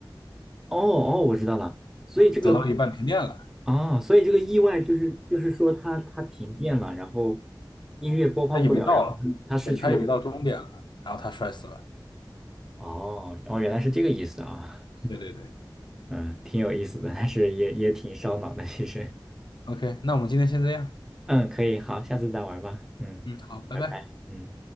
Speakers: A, in the centre; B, on the left.
A: 哦哦，我知道了，所以这个
B: 走到一半停电了，
A: 啊，所以这个意外就是就是说它它停电了，然后音乐播放不了，
B: 他以为到了，
A: 然后它失去了这个，
B: 对，他以为到终点了，然后他摔死了。
A: 哦哦，原来是这个意思啊，
B: 对对对
A: 嗯，挺有意思的，但是也也挺烧脑的，其实，
B: ，OK，那我们今天先这样，
A: 嗯，可以，好，下次再玩吧，嗯，
B: 嗯，好，拜拜。
A: 拜拜，嗯。